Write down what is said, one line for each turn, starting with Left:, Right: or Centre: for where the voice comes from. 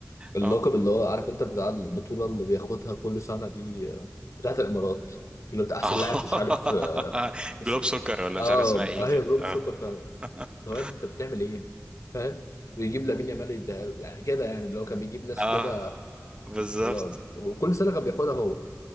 Left: اللقب
Right: اه
Left: اللي هو عارف انت بتاع البطوله اللي بياخدها كل سنه دي آه، بتاعت الامارات اللي
Right: <laughs>
Left: بتاع احسن
Right: اه
Left: لاعب مش عارف اه
Right: جلوب
Left: اس-
Right: سكر ولا
Left: اه
Right: مش عارف اسمها ايه
Left: آه،
Right: كده
Left: هي جلوبال
Right: اه
Left: سوكر فعلا
Right: <laughs>
Left: طب يا ابني انت بتعمل ايه؟ فاهم؟ ويجيب لامين يامال يديها له. يعني كده يعني اللي هو كان بيجيب ناس
Right: اه
Left: كده
Right: بالظبط
Left: و- وكل سنه كان بياخدها هو